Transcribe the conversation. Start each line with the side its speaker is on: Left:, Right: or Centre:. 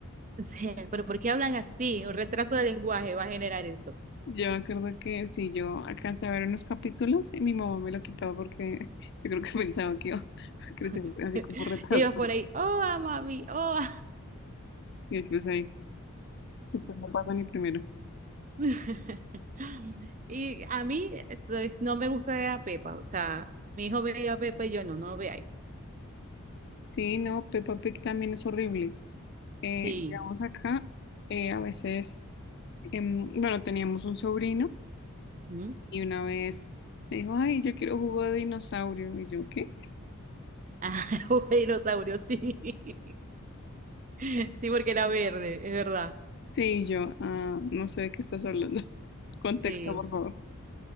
Right: Sí, pero ¿por qué hablan así? Un retraso de lenguaje va a generar eso.
Left: Yo me acuerdo que si yo alcancé a ver unos capítulos y mi mamá me lo quitaba porque <laughs> yo creo que <laughs> pensaba que iba a crecer
Right: <laughs>
Left: así como retrasado.
Right: Ellos por ahí, oh, ah, mami, oh.
Left: Y después ahí, después no pasa ni primero.
Right: <laughs> Y a mí entonces, no me gusta ver a Pepa. O sea, mi hijo veía a Pepa y yo no, no lo veía.
Left: Sí, no, Peppa Pig también es horrible. Eh,
Right: Sí.
Left: digamos acá, eh, a veces, em, bueno, teníamos un sobrino
Right: ¿Mm?
Left: y una vez me dijo, ay, yo quiero jugo de dinosaurio. Y yo, ¿qué?
Right: Ah, <laughs> un dinosaurio, sí. <laughs> Sí, porque era verde, es verdad.
Left: Sí, yo, ah, no sé de qué estás hablando. <laughs> Contexto,
Right: Sí.
Left: por favor.